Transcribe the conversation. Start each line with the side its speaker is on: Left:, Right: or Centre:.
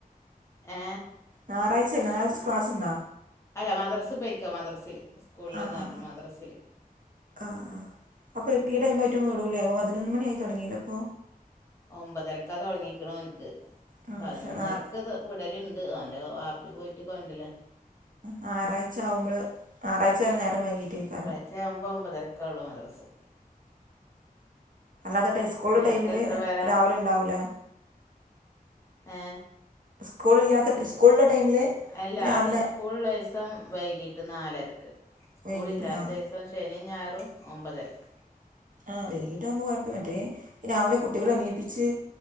Left: ഏ
Right: ഞായറാഴ്ചല്ലേ ഞായറാഴ്ച ക്ലാസ്ണ്ടാ
Left: അല്ല മദ്രസിൽ പോയിക്ക മദ്രസില് സ്കൂളില്ന്ന്
Right: ആ ആ
Left: പറഞ്ഞ
Right: ആ
Left: മദ്രസില്
Right: ആ ആ അപ്പൊ ഈ ടൈം ആയിട്ടും വിടൂല്ലേ അ പതിനൊന്ന് മണിയായി തുടങ്ങില്ല ഇപ്പോ
Left: ഒമ്പതരക്കാ തുടങ്ങിക്ക്ണ ഓൻക്ക്
Right: ആ
Left: പതിനൊന്നരക്ക്
Right: പക്ഷേ ഞായർ
Left: അത് വിടലുണ്ട് ഓൻ്റെ വാപ്പി പോയിട്ട് കൊണ്ട്രലാ
Right: ഞാറാഴ്ച ആവുമ്പൾ ഞാറാഴ്ച നേരം വൈകീട്ടേക്കാരം
Left: ഇഞ്ഞ് ഒമ്പത് ഒമ്പതരക്ക് ഒള്ളൂ മദ്രസ്സ്
Right: അല്ലാതെ ടൈ സ്കൂള്
Left: നിനക്ക്
Right: ടൈമിൽ
Left: എത്ര പേരാ
Right: രാവിലെ ഇണ്ടാവൂലെ
Left: ഏ
Right: സ്കൂളില്ലാത്ത സ്കൂൾള്ള ടൈമിൽ
Left: അല്ല
Right: രാവിലെ
Left: സ്കൂൾ ഇള്ള ദിവസം വൈകീട്ട് നാലരക്ക് സ്കൂൾ
Right: വൈകിട്ടില്ല
Left: ഇല്ലാത്ത ശനിം ഞായറും ഒമ്പതരയ്ക്ക്
Right: ആ വൈകീട്ടാകുമ്പോൾ കുഴപ്പം മറ്റേ രാവിലെ കുട്ടികളെ എണീപ്പിച്ച്